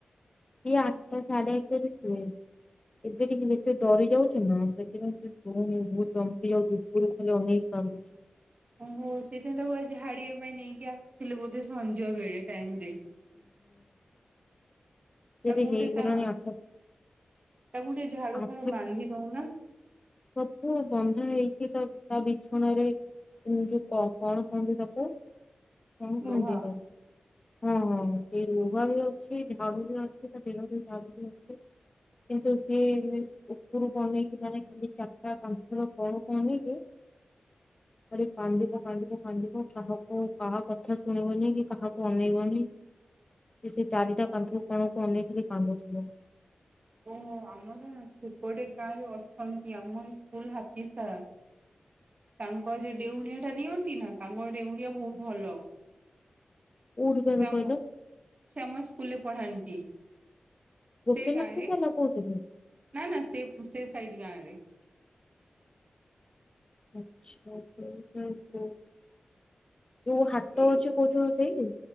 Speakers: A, on the left; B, on the right.
A: ଏ ଆଠଟା ସାଢେ ଆଠଟାରେ ଶୁଏ। ଏବେ ଟିକେ ବେଶୀ ଡରି ଯାଉଛ ନା ସେଥିପାଇଁ <unintelligible> ବହୁ ଚମକି ଯାଉଛି। ରୁ ଖାଲି ଅନେଇକି କାନ୍ଦୁଛି।
B: ଓ ହୋ ସେଦିନ ତାକୁ ଆଜି ଝାଡିବା ପାଇଁ ନେଇକି ଆସିଥିଲେ ବୋଧେ ସଞ୍ଜ ବେଳେ ଟାଇମ ରେ।
A: ହୁଁ। ସେ
B: ତା
A: ବି
B: ମୁଁ
A: ହେଇଗଲାଣି
B: ଟେ ତା
A: ଆଠ
B: <unintelligible> ଝାଡୁ
A: ଆଠ
B: ଫାଡୁ ବାନ୍ଧି ଦଉ ନା।
A: ସବୁ ବନ୍ଧା ହେଇଛି ତ ତା ବିଛଣାରେ ଯୋଉ କଣ କହନ୍ତି ତାକୁ। <unintelligible>
B: ଲୁହ
A: ହଁ ହଁ ସେ ଲୁହା ବି ଅଛି ଝାଡୁ ବି ଅଛି ତା ଦେହରେ ଝାଡୁ ବି ଅଛି। କିନ୍ତୁ ସିଏ ଉପରୁକୁ ଅନେଇକି ମାନେ ଖାଲି ଚାରଟା ପଞ୍ଚ ଥର ତଳ କୁ ଆନେଇ କି
B: <inaudible>
A: ଖାଲି କାନ୍ଦିବ କାନ୍ଦିବ କାନ୍ଦିବ କାହାକୁ କାହା କଥା ଶୁଣିବନି କି କାହାକୁ ଅନେଇବନି।
B: ଁ <inaudible>
A: ସେ ଚାରିଟା କାନ୍ଧ କଣ କୁ ଅନେଇ ଖାଲି କାନ୍ଦୁଥିବ।
B: ଓହୋ ଆମର ସେପଟେ ଗାଁ ରେ ଅଛନ୍ତି ଆମ ସ୍କୁଲ ହାତୀସାର। ତାଙ୍କ ଯେ ଡେଉଁରିଆ ଟା ଦିଅନ୍ତି ନା ତାଙ୍କ ଡେଉଁରିଆ ବହୁତ ଭଲ।
A: କୋଉଠିକାର
B: ସେ ଆମ
A: କହିଲ
B: ସେ ଆମ ସ୍କୁଲରେ ପଢାନ୍ତି।
A: ଗୋପୀନା
B: ସେ ଗାଁରେ
A: <unintelligible> କହୁଛନ୍ତି।
B: ନା ନା ସେ ସେ ସାଇଡ ଗାଁ ରେ।
A: ଆଛା <unintelligible> ଯୋଉ ହାଟ
B: ଏଇ
A: ଅଛି କହୁଛ ସେଇ